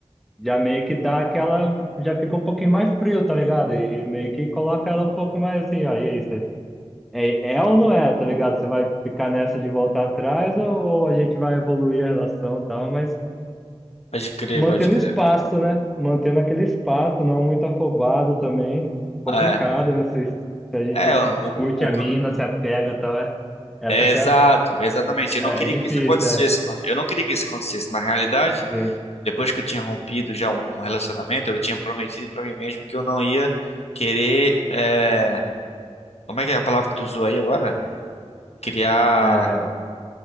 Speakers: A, in the centre; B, on the left.
A: já meio que dá aquela, já fica um pouquinho mais frio, tá ligado? E, e meio que coloca ela um pouco mais assim, ó, e aí, você, é, é ou não é, tá ligado? Você vai ficar nessa de voltar atrás ou, ou a gente vai evoluir a relação e tal, mas
B: Pode crer,
A: Mantendo
B: pode crer.
A: espaço, né? Mantendo aquele espaço, não muito afobado também. Complicado,
B: É,
A: né? Se, se a gente
B: é, o, o,
A: curte a
B: o-
A: mina, se apega e tal, é, essa
B: é
A: que
B: exato,
A: é,
B: exatamente. Eu
A: é,
B: não queria
A: é difícil,
B: que isso acontecesse,
A: é,
B: mano. Eu não queria que isso acontecesse. Na realidade,
A: sim.
B: depois que eu tinha rompido já um, um relacionamento, eu tinha prometido pra mim mesmo que eu não ia querer. é, como é que é a palavra que tu usou aí agora? Criar.
A: É,